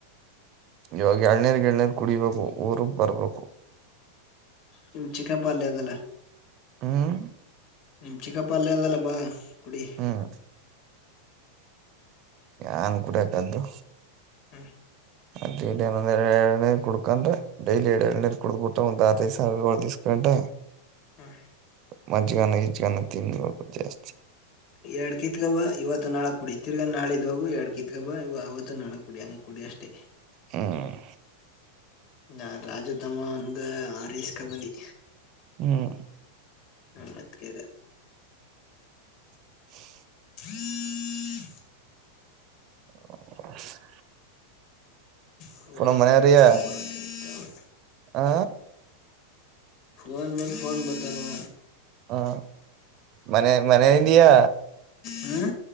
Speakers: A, on the right (about 45°); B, on the left (about 50°).
A: ಇವಾಗ ಎಲ್ನೀರ್ ಗಿಲ್ನೀರ್ ಕುಡಿಬೇಕು ಊರ್ಗ್ ಬರ್ಬೇಕು.
B: ನಿಮ್ ಚಿಕ್ಕಪ್ಪ ಅಲ್ಲ ಅದೆಲ್ಲ
A: ಹ್ಮ್
B: ನಿಮ್ಮ ಚಿಕಪ್ಪ ಅಲ್ಲೇ ಇದಲ್ಲಪ ಕುಡಿಯ
A: ಹ್ಮ್ ಯನ್ ಕೂಡಕ್ದು
B: ಹ್ಮ
A: ಅಂದ ಎರ ಎರಡನೇರ್ ಕುಡ್ಕಂದ್ ಡೈಲಿ ಎರಡ್ ಎಏಡನರ್ ಕುಡ್ಬಿಟ್ಟ್ ಒಂದ ಆರಡಿಸ ಸಾವಿ ಒಸಕೊಂಡು
B: ಹಾ
A: ಮ್ೆ ಗಾನ ಈಜ ಗಾನ ತೀನ್ ದಿವ ಬ ಜಾಸ್ತಿ
B: ಎರಡ್ ಕಿತ್ಕಬಾ ಇವತ್ತು ನಾಳಕ್ ಕುಡಿ ತಿರ್ಗಾ ನಾಳಿದ್ದ ಹೋಗು ಎರಡ್ ಕಿತ್ಕಬಾ ಇವ ಅವವತ್ತು ನಾಳಕ್ ಕುಡಿ ಹಂಗ ಕುಡಿ ಅಷ್ಟೇ
A: ಹ್ಮ್
B: ನಾ ರಾಜು ತಮ್ಮ ಅಂದು ಆರ್ ಇಸ್ಕೊಂಡ್ ಬಂದಿ
A: ಹ್ಮ್
B: ಹಾ ಅದಕಗ
A: <inaudible>
B: ಹ್ಮ್
A: <inaudible>
B: ಫನ್
A: ಪುನ ಮನೆಯವರಿಯ
B: ಮ್ಯಲ್ ಫೋನ್ ಮಾಡಕ್ಕೆಹತ್ತವೆ
A: ಆ
B: ಫೋನ್ ಮೇಲ್ ಫೋನ್ ಬತಾವ
A: ಹಾ ಮನೆ ಮನೆಲ್ಲಿಯಾ.
B: ಹ್ಮ